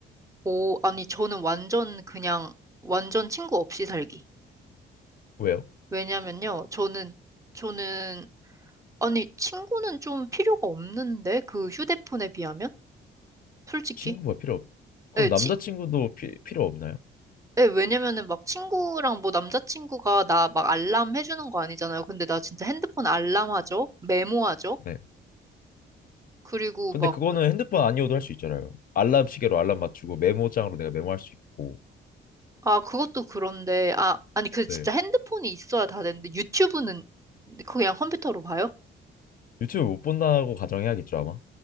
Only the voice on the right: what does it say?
오, 아니, 저는 완전 그냥, 완전 친구 없이 살기.
왜냐면요, 저는, 저는, 아니, 친구는 좀 필요가 없는데, 그 휴대폰에 비하면? 솔직히?
예, 치,
예, 왜냐면은 막 친구랑 뭐 남자친구가 나 막 알람 해주는 거 아니잖아요. 근데 나 진짜 핸드폰 알람하죠? 메모하죠?
그리고
막,
아, 그것도 그런데, 아, 아니, 그 진짜
핸드폰이 있어야 다 되는데, 유튜브는 그냥 컴퓨터로 봐요?